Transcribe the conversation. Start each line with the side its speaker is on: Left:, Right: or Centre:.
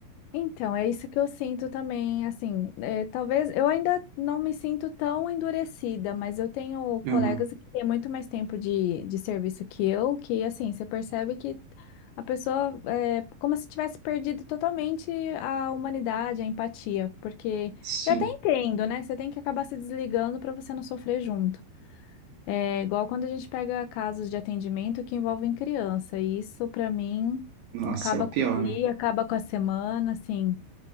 Left: Então, é isso que eu sinto também, assim, é, talvez eu ainda não me sinto tão endurecida, mas eu tenho colegas
Right: Uhum,
Left: que têm muito mais tempo de, de serviço que eu, que assim, você percebe que a pessoa é como se tivesse perdido totalmente a humanidade, a empatia, porque
Right: sim.
Left: eu até entendo, né? Você tem que acabar se desligando para você não sofrer junto. É igual quando a gente pega casos de atendimento que envolvem criança, e isso para mim
Right: Nossa,
Left: acaba
Right: é o pior,
Left: com o
Right: né?
Left: dia, acaba com a semana, assim.